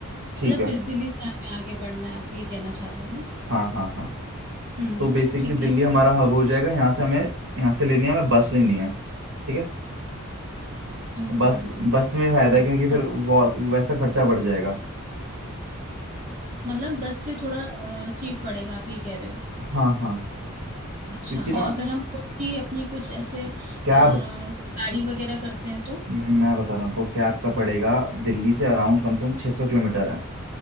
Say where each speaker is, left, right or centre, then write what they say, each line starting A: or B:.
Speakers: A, on the right; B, on the right.
A: ठीक
B: मतलब
A: है
B: बिल- दिल्ली से हमें आगे बढ़ना है आप ये कहना चाह रहे हो ना
A: हाँ हाँ हाँ
B: हम्म
A: तो बेसिकली
B: ठीक
A: दिल्ली
B: है
A: हमारा हब हो जाएगा यहाँ से हमें यहाँ से लेनी है हमें बस लेनी है ठीक है
B: हम्म
A: बस
B: हम्म,
A: बस में फायदा
B: हम्म,
A: है क्योंकि फिर
B: अच्छा
A: वो वैसा खर्चा बढ़ जाएगा
B: मतलब बस से थोड़ा चीप पड़ेगा आप ये कह रहे हो
A: हाँ हाँ
B: अच्छा
A: क्योंकि
B: और
A: ना
B: अगर हम खुद की अपनी कुछ ऐसे अ,
A: कैब
B: गाड़ी वगैरह करते हैं तो
A: मैं बता रहा हूँ आपको कैब का पड़ेगा दिल्ली से अराउंड कम से कम 600 किलोमीटर है